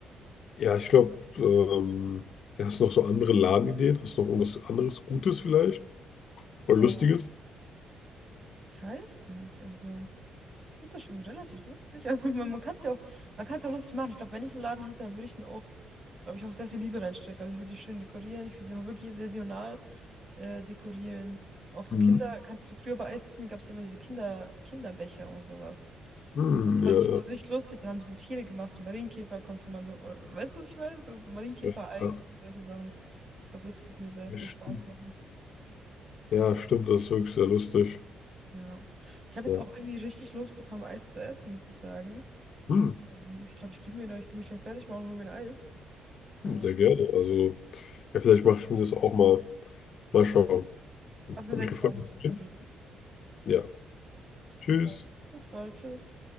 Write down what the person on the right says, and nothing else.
Boah,
ich weiß nicht, also. Ich finde das schon relativ lustig. Also man, man kann es ja auch, man kann es ja lustig machen. Ich glaube, wenn ich so einen Laden hätte, dann würde ich den auch, glaube ich, auch sehr viel Liebe reinstecken. Also ich würde die schön dekorieren, ich würde die auch wirklich saisonal äh, dekorieren. Und auch so
Kinder, kannst du früher bei Eisdielen gab es immer diese Kinder, Kinderbecher und sowas.
Fand
ich immer so richtig lustig. Dann haben sie so Tiere gemacht, so Marienkäfer konnte man, oder, weißt du, was ich meine? So, so Marienkäfer-Eis
und solche Sachen. Ich glaube, das wird mir sehr
viel
Spaß machen.
Ja. Ich habe jetzt
auch irgendwie richtig Lust bekommen, Eis zu essen, muss ich sagen.
Ähm, ich glaube, ich gebe mir noch, ich kann mich gleich fertig machen und hol mir ein Eis. Ähm,
ja.
Hat mir
sehr
gefallen,
mit
dir
zu
reden.
Dann, bis bald, tschüss.